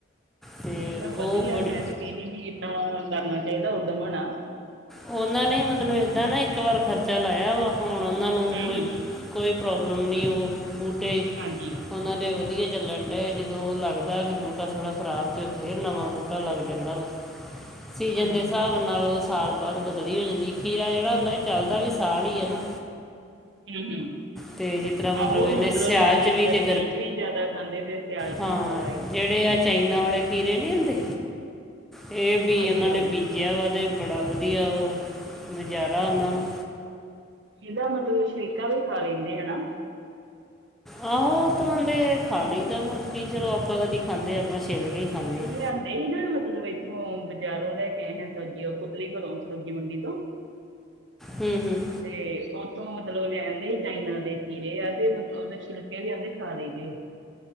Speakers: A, in the centre; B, on the right.
A: ਤੇ ਉਹ
B: ਵਧੀਆ
A: ਬੜੀ
B: ਮੈਂ ਤੇ ਕਹਿੰਦੀ ਵੀ ਏਦਾਂ ਕਰਨਾ ਚਾਹੀਦਾ ਉਦਮ ਹੈਣਾ
A: ਉਹਨਾਂ ਨੇ ਮਤਲਬ ਏਦਾਂ ਨਾ ਇੱਕ ਵਾਰ ਖਰਚਾ ਲਾਇਆ ਵਾ ਹੁਣ ਉਹਨਾਂ ਨੂੰ
B: ਹੂੰ
A: ਕੋਈ
B: ਹੂੰ
A: ਕੋਈ ਪ੍ਰੋਬਲਮ ਨਹੀਂ ਉਹ ਬੂਟੇ
B: ਹਾਂਜੀ
A: ਉਹਨਾਂ ਦੇ ਵਧੀਆ ਚੱਲਣ ਡ ਜਦੋਂ ਉਹ ਲੱਗਦਾ ਕਿ ਬੂਟਾ ਥੋੜ੍ਹਾ ਖਰਾਬ ਤੇ ਫੇਰ ਨਵਾਂ ਬੂਟਾ ਟਾ ਲੱਗ ਜਾਂਦਾ ਵਾ ਸੀਜਨ
B: ਹਾਂਜੀ
A: ਦੇ ਹਿਸਾਬ ਨਾਲ ਉਹ ਸਾਲ ਬਾਹੁਦ ਬਦਲੀ ਹੋ ਜਾਂਦੀ ਖੀਰਾ ਜਿਹੜਾ ਹੁੰਦਾ ਇਹ ਚੱਲਦਾ ਵੀ ਸਾਲ ਹੀ ਹੈ ਨਾ
B: ਹਮ-ਹਮ
A: ਤੇ ਜਿਸ ਤਰ੍ਹਾਂ
B: ਆਹੋ
A: ਇਹਨੇ
B: ਮਤਲਬ
A: ਸਿਆਲ
B: ਲੋਕੀ
A: 'ਚ ਵੀ
B: ਗਰਮੀ
A: ਤੇ
B: ਚ ਵੀ ਜਿਆਦਾ ਖਾਂਦੇ ਤੇ ਸਿਆਲ ਚ
A: ਹਾਂ
B: ਵੀ ਹੁੰਦਾ ਵਾ
A: ਜਿਹੜੇ ਆ ਚਾਈਨਾ
B: ਹੂੰ,
A: ਵਾਲੇ ਖੀਰੇ ਨਹੀਂ ਹੁੰਦੇ ਇਹ ਬੀਜ
B: ਹਾਂਜੀ
A: ਉਹਨਾਂ
B: ਹਾਂਜੀ
A: ਨੇ ਬੀਜੇ ਜਹਾ ਵਾ ਅਤੇ ਬੜਾ ਵਧੀਆ ਉਹ ਨਜ਼ਾਰਾ ਉਹਨਾਂ ਨੂੰ
B: ਇਹਦਾ ਮਤਲਬ ਸ਼ਰੀਕਾ ਵੀ ਖਾ ਲੈਂਦੇ ਹੈਨਾ
A: ਆਹੋ ਤਰ੍ਹਾਂ ਦੇ ਖਾ ਲਈ ਤਾਂਕੀ ਚਲੋ ਆਪਾਂ ਤੇ ਨੀ ਖਾਂਦੇ ਆਪਾਂ ਛੇਲ ਕੇ ਖਾਂਦੇ
B: ਇਹ
A: ਆ
B: ਅਦੇ ਇਹਨਾਂ ਮਤਲਬ ਹੋ ਤੂੰ ਬਜ਼ਾਰੋਂ ਲੈ ਕੇ ਆਏਂ ਸਬਜ਼ੀ ਪੁਤਲੀ ਘਰੋਂ ਸਬਜ਼ੀ ਮੰਡੀ ਤੋਂ
A: ਹਮ-ਹਮ
B: ਤੇ ਉਥੋਂ ਮਤਲਬ ਲਿਆ ਆਦੇ ਹੀ ਚਾਈਨਾ ਦੇ ਖੀਰੇ ਆ ਤੇਤਲਬ ਉਹਦੇ ਛਿਲਕੇ ਵੀ ਆਂਦੇ ਖਾ ਲਈ ਦੇ ਏ